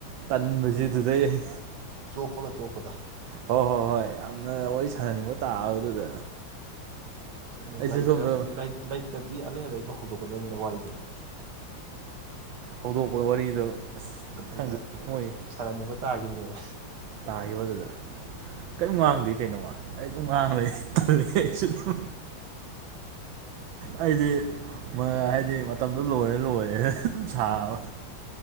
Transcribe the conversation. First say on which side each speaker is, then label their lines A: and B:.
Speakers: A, on the right; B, on the right.
A: ꯇꯟꯕꯖꯦ
B: ꯍꯣꯏꯅꯦ
A: ꯑꯗꯨꯗꯩ ꯑꯩ
B: ꯆꯣꯞꯄꯒ ꯇꯣꯞꯄꯗ
A: ꯍꯣꯏ ꯍꯣꯏ ꯍꯣꯏ ꯌꯥꯝꯅ ꯋꯥꯔꯤ ꯁꯥꯟꯅꯅꯤꯡꯕ ꯇꯥꯕꯗꯨꯗ
B: ꯍꯣꯏꯅꯦ
A: ꯑꯩꯁꯨ
B: ꯂꯩꯇꯔ
A: ꯁꯣꯝꯗ
B: ꯂꯩꯠ ꯂꯩꯇ꯭ꯔꯗꯤ ꯑꯂꯩ ꯑꯂꯩꯕ ꯍꯧꯗꯣꯛꯀꯗꯕꯅꯤꯅ ꯋꯥꯔꯤꯗꯣ
A: ꯍꯧꯗꯣꯛꯄꯗ ꯋꯥꯔꯤꯗꯣ ꯑꯁ
B: ꯑꯗꯨꯗ
A: ꯁꯪꯗ ꯃꯣꯏ
B: ꯁꯥꯟꯅꯅꯤꯡꯕ ꯇꯥꯒꯤꯕꯅꯦꯕ
A: ꯇꯥꯒꯤꯕꯗꯨꯗ ꯀꯩꯝ ꯉꯥꯡꯗꯦ ꯀꯩꯅꯣꯃꯥ ꯑꯩ ꯑꯗꯨꯝ ꯉꯥꯡꯕ ꯂꯩ ꯇꯜꯂꯦ ꯑꯩꯁꯨ ꯑꯗꯨꯝ ꯑꯩꯗꯤ ꯍꯥꯏꯗꯤ ꯃꯇꯝꯗꯣ ꯂꯣꯏꯔ ꯂꯣꯏꯔꯦ ꯑꯗꯨꯝ ꯁꯥꯕ